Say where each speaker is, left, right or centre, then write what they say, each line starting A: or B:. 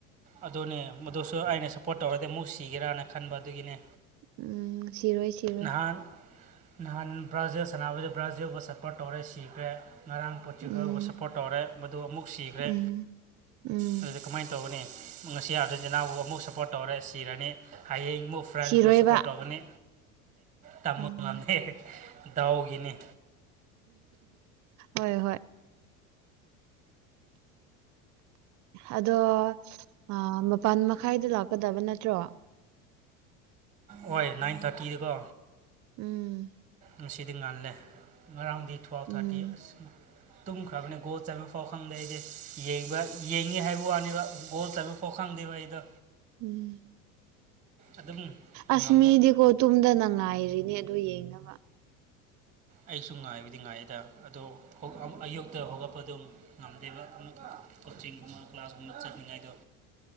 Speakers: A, on the right; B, on the right.
A: ꯑꯗꯨꯅꯦ ꯃꯗꯨꯁꯨ ꯑꯩꯅ ꯁꯞꯄꯣꯔꯠ ꯇꯧꯔꯗꯤ ꯑꯃꯨꯛ ꯁꯤꯒꯦꯔꯥꯅ ꯈꯟꯕ ꯑꯗꯨꯒꯤꯅꯦ
B: ꯎꯝ ꯁꯤꯔꯣꯏ ꯁꯤꯔꯣꯏ
A: ꯅꯍꯥꯟ ꯅꯍꯥꯟ ꯕ꯭ꯔꯥꯖꯤꯜ ꯁꯥꯟꯅꯕꯗ ꯕ꯭ꯔꯥꯖꯤꯜꯕꯨ ꯁ꯭ꯞꯄꯣꯔꯠ ꯇꯧꯔꯦ ꯁꯤꯈ꯭ꯔꯦ ꯉꯔꯥꯡ ꯄꯣꯠꯇꯨꯒꯜꯕꯨ
B: ꯎꯝ
A: ꯁꯞꯄꯣꯔꯠ ꯇꯧꯔꯦ ꯃꯗꯨ ꯑꯃꯨꯛ ꯁꯤꯈ꯭ꯔꯦ
B: ꯎꯝ ꯎꯝ
A: ꯑꯗꯨꯗꯤ ꯀꯃꯥꯏꯅ ꯇꯧꯒꯅꯤ ꯉꯁꯤ ꯑꯥꯔꯖꯦꯟꯇꯤꯅꯥꯕꯨ ꯑꯃꯨꯛ ꯁꯞꯄꯣꯔꯠ ꯇꯧꯔꯦ ꯁꯤꯔꯅꯤ ꯍꯌꯦꯡꯕꯨ ꯐ꯭ꯔꯦꯟꯁꯄꯨ
B: ꯊꯤꯔꯣꯏꯕ
A: ꯁꯞꯄꯣꯔꯠ ꯇꯧꯒꯅꯤ ꯇꯝꯕ
B: ꯎꯝ
A: ꯉꯝꯗꯦ ꯗꯥꯎꯒꯤꯅꯤ
B: ꯍꯣꯏ ꯍꯣꯏ ꯑꯗꯣ ꯑꯥ ꯃꯄꯥꯟ ꯃꯈꯥꯏꯗ ꯂꯥꯛꯀꯗꯕ ꯅꯠꯇ꯭ꯔꯣ
A: ꯍꯣꯏ ꯅꯥꯏꯟ ꯊꯥꯔꯇꯤꯗꯀꯣ
B: ꯎꯝ
A: ꯉꯁꯤꯗꯤ ꯉꯜꯂꯦ ꯉꯔꯥꯡꯗꯤ ꯇꯨ ꯑꯦꯜ
B: ꯎꯝ
A: ꯊꯥꯔꯇꯤ ꯑꯁ ꯇꯨꯝꯈ꯭ꯔꯕꯅꯤ ꯒꯣꯜ ꯆꯥꯟꯕ ꯄꯥꯎ ꯈꯪꯗꯦ ꯑꯩꯗꯤ ꯌꯦꯕ ꯌꯦꯡꯉꯤ ꯍꯥꯏꯕ ꯋꯥꯅꯤꯕ ꯒꯣꯜ ꯆꯥꯟꯕ ꯐꯥꯎ ꯈꯪꯗ ꯗꯦꯕ ꯑꯩꯗꯣ
B: ꯎꯝ
A: ꯑꯗꯨꯝ
B: ꯑꯁ
A: ꯉꯝꯕ
B: ꯃꯤꯗꯤꯀꯣ ꯇꯨꯝꯗꯅ ꯉꯥꯏꯔꯤꯅꯦ ꯑꯗꯨ ꯌꯦꯡꯅꯕ
A: ꯑꯩꯁꯨ ꯉꯥꯏꯕꯨꯗꯤ ꯉꯥꯏꯗ ꯑꯗꯣ ꯑꯌꯨꯛꯇ ꯍꯧꯒꯠꯄꯗꯣ ꯉꯝꯗꯦꯕ ꯀꯣꯆꯤꯡꯒꯨꯝꯕ ꯀ꯭ꯂꯥꯁꯀꯨꯝꯕ ꯆꯠꯅꯤꯡꯉꯥꯏꯗꯣ